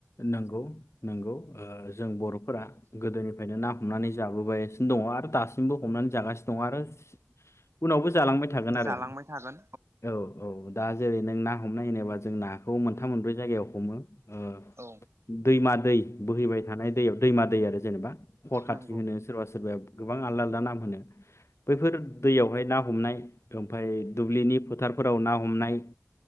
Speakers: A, on the left (about 80°); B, on the right (about 75°).
A: नंगौ नंगौ ओ जों बर'फोरा गोदोनिफ्रायनो ना हमनानै जाबोबायासिनो दङ आरो दासिमबो हमनानै जागासिनो दं आरो। उनावबो जालांबाय थागोन आरो
B: जालांबाय थागोन
A: औ औ दा जेरै नों ना हमनाय होनोबा जों नाखौ मोनथाम मोनब्रै जायगायाव हमो ओ दा
B: औ
A: दैमा दै बोहैबाय थानाय दैयाव दैमा दै आरो जेनेबा हर खाथि
B: नंगौ
A: होनो सोरबा सोरबाया गोबां आलादा नाम होनो बैफोर दैयावहाय ना हमनाय ओमफाय दुब्लिनि फोथार फोराव ना हमनाय